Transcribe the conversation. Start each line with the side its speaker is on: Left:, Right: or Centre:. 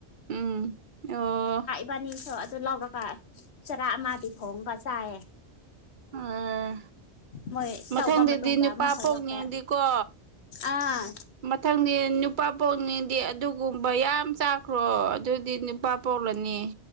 Right: ꯎꯝ ꯑꯣ
Left: ꯕꯥꯅꯤꯁꯨ ꯑꯗꯨ ꯂꯧꯔꯒ ꯆꯔꯥ ꯑꯃꯗꯤ ꯈꯣꯡꯒ ꯆꯥꯏꯌꯦ
Right: ꯑꯥ
Left: ꯃꯣꯏ
Right: ꯃꯊꯪꯗꯗꯤ
Left: ꯇꯧꯕ ꯃꯇꯨꯡꯗ
Right: ꯅꯨꯄꯥ
Left: ꯑꯃꯨꯛ ꯍꯧꯔꯛꯄ
Right: ꯄꯣꯛꯅꯤꯡꯗꯤꯀꯣ
Left: ꯑꯥ
Right: ꯃꯊꯪꯗꯤ ꯅꯨꯄꯥ ꯄꯣꯛꯅꯤꯡꯗꯤ ꯑꯗꯨꯒꯨꯝꯕ ꯌꯥꯝ ꯆꯥꯎ ꯀꯣ ꯑꯗꯨꯗꯤ ꯅꯨꯄꯥ ꯄꯣꯛꯂꯅꯤ